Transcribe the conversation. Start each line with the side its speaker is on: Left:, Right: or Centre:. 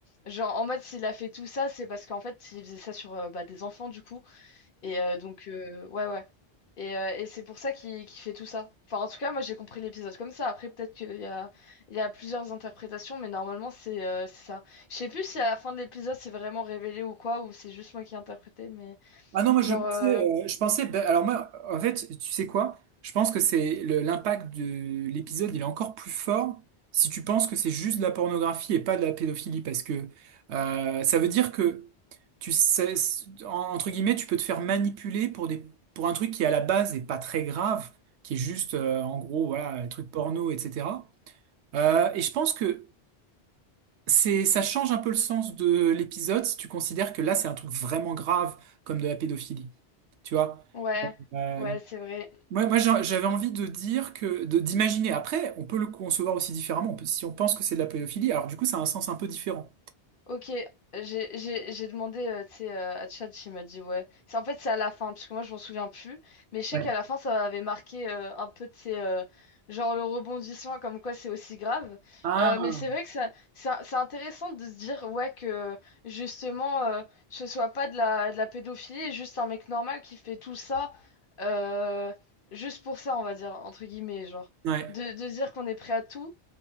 Left: genre, en mode, s'il a fait tout ça, c'est parce qu'en fait, il faisait ça sur euh, bah, des enfants, du coup. Et euh, donc, euh, ouais, ouais. Et, euh, et c'est pour ça qu'il qu'il fait tout ça. Enfin, en tout cas, moi, j'ai compris l'épisode comme ça. Après, peut-être qu'il y a, il y a plusieurs interprétations, mais normalement, c'est euh, c'est ça. Je sais plus si à la fin de l'épisode, c'est vraiment révélé ou quoi, ou c'est juste moi qui ai interprété, mais
Right: Ah non, moi
Left: genre,
Right: je pensais,
Left: euh,
Right: euh, je pensais, ben, alors moi, en fait, tu sais quoi? Je pense que c'est le- l'impact de l'épisode, il est encore plus fort si tu penses que c'est juste de la pornographie et pas de la pédophilie, parce que euh, ça veut dire que tu sais, en- entre guillemets, tu peux te faire manipuler pour des, pour un truc qui à la base est pas très grave, qui est juste, euh, en gros, voilà, les trucs porno, etc. Euh, et je pense que c'est, ça change un peu le sens de l'épisode si tu considères que là, c'est un truc vraiment grave comme de la pédophilie. Tu vois?
Left: ouais,
Right: Euh,
Left: ouais, c'est vrai.
Right: moi, moi, j'a- j'avais envie de dire que, de- d'imaginer. Après, on peut le concevoir aussi différemment. On peut- si on pense que c'est de la pédophilie, alors du coup, ça a un sens un peu différent.
Left: Ok, j'ai j'ai- j'ai demandé euh, tu sais, euh, à Tchad, il m'a dit ouais. C'est- En fait, c'est à la fin, parce que moi, je m'en souviens plus. Mais je sais
Right: Ouais.
Left: qu'à la fin, ça avait marqué euh, un peu, de ces genre le rebondissement, comme quoi c'est aussi grave.
Right: Ah,
Left: Euh, mais c'est vrai que ça, c'est c'est intéressant de se dire, ouais, que justement, euh, ce soit pas de la, de la pédophilie, juste un mec normal qui fait tout ça, euh, juste pour ça, on va dire, entre guillemets, genre.
Right: ouais.
Left: De, de dire qu'on est prêt à tout.